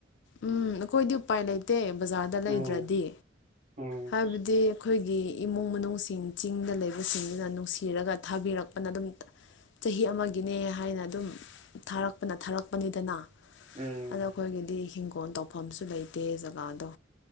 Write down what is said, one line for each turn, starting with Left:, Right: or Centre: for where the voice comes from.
Left: ꯎꯝ ꯑꯈꯣꯏꯗꯤ ꯎꯄꯥꯏ ꯂꯩꯇꯦ ꯕꯖꯥꯔꯗ ꯂꯩꯗ꯭ꯔꯗꯤ
Right: ꯎꯝ ꯎꯝ
Left: ꯍꯥꯏꯕꯗꯤ ꯑꯩꯈꯣꯏꯒꯤ ꯏꯃꯨꯡ ꯃꯅꯨꯡꯁꯤꯡ ꯆꯤꯡꯗ ꯂꯩꯕꯁꯤꯡꯗꯨꯅ ꯅꯨꯡꯁꯤ ꯁꯤꯔꯒ ꯊꯥꯕꯤꯔꯛꯄꯅ ꯑꯗꯨꯝ ꯆꯍꯤ ꯑꯃꯒꯤꯅꯦ ꯍꯥꯏꯅ ꯑꯗꯨꯝ ꯊꯥꯔꯛꯄꯅ ꯊꯥꯔꯛꯄꯅꯤꯗꯅ
Right: ꯎꯝ
Left: ꯑꯗꯣ ꯑꯩꯈꯣꯏꯒꯤꯗꯤ ꯐꯣꯟ ꯇꯧꯐꯝꯁꯨ ꯂꯩꯇꯦ ꯖꯒꯥꯗꯣ